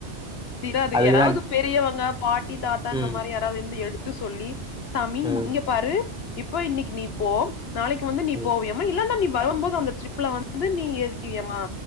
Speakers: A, on the left; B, in the centre.
A: சிறாது
B: அதுக்குதா
A: யாராவது பெரியவங்க பாட்டி தாத்தா இந்த
B: ம்
A: மாரி யாராவது இருந்து எடுத்து சொல்லி சாமி
B: ம்
A: இங்க பாரு இப்போ இன்னிக்கி நீ போ நாளைக்கு வந்து நீ
B: ம்
A: போவியாம் இல்லன்னா நீ வரும்போது அந்த ட்ரிப்ல வந்து நீ ஏறிக்கிரியாமா